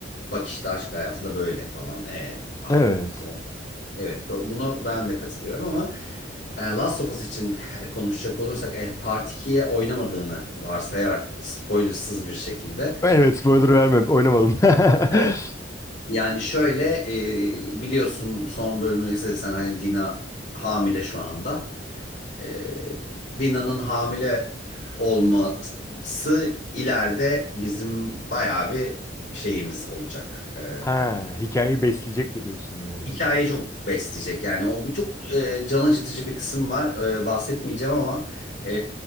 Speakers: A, on the left; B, on the left.
A: Bak işte aşk hayatı da böyle falan. E abi
B: Evet.
A: son. Evet bu- buna ben de katılıyorum ama e, Last of Us için e, konuşacak olursak e, Part 2'ye oynamadığını varsayarak spoilersız bir şekilde
B: Evet spoiler
A: e,
B: verme oynamadım. <laughs>
A: evet yani şöyle e, biliyorsun son bölümü izlediysen hani Dina hamile şu anda. E, Dina'nın hamile olması ileride bizim bayağı bir şeyimiz olacak. E,
B: Ha, hikayeyi besleyecek mi diyorsun yani?
A: Hikayeyi çok besleyecek yani o bir çok e, can acıtıcı bir kısım var E, bahsetmeyeceğim ama e,